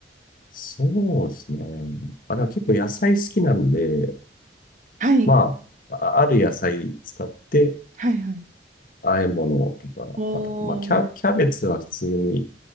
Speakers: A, on the left (about 50°); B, on the right (about 45°).
A: そうですね。あ、でも結構野菜好きなんで、
B: はい。
A: まあ、あある野菜使って
B: はいはい。
A: 和え物とか、
B: おー。
A: あと、まあ、キャ、キャベツは普通に、